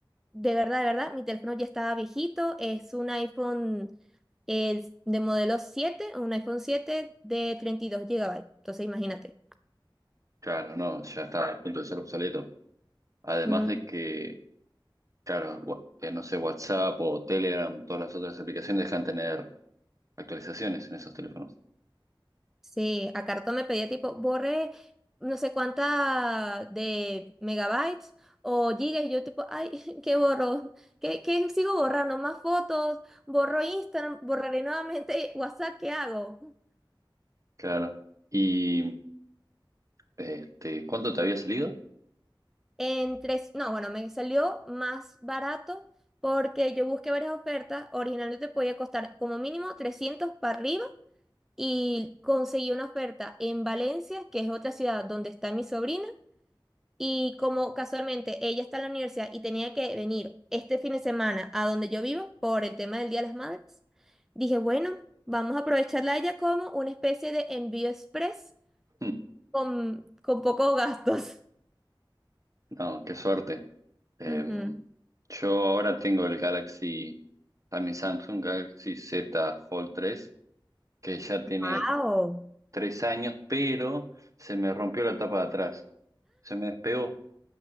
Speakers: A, in the centre; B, on the right.
A: de verdad, de verdad, mi teléfono ya estaba viejito, es un iPhone es de modelo 7, un iPhone 7 de 32 gigabytes. entonces imagínate.
B: Claro, no, ya está a punto de ser obsoleto. Además
A: Mm,
B: de que, claro, wa- eh, no sé, WhatsApp o Telegram, todas las otras aplicaciones dejan tener actualizaciones en esos teléfonos.
A: sí, a cartón me pedía tipo, borre no sé cuánta de megabytes o gigas, y yo tipo, ay, <laughs> ¿qué borro? ¿Qué, qué sigo borrando? ¿Más fotos? ¿Borro Instagram? ¿Borraré nuevamente WhatsApp? ¿Qué hago?
B: Claro. ¿Y este, cuánto te había salido?
A: En tres, no, bueno, me salió más barato porque yo busqué varias ofertas. Originalmente podía costar como mínimo 300 para arriba y conseguí una oferta en Valencia, que es otra ciudad donde está mi sobrina. Y como casualmente ella está en la universidad y tenía que venir este fin de semana a donde yo vivo por el tema del Día de las Madres, dije, bueno, vamos a aprovecharla a ella como una especie de envío express
B: <laughs>
A: con, con pocos gastos.
B: No, qué suerte. Eh,
A: <laughs> Ujú.
B: yo ahora tengo el Galaxy, también Samsung Galaxy Z Fold tres que ya tiene
A: ¡Wow!
B: tres años, pero se me rompió la tapa de atrás. Se me despegó.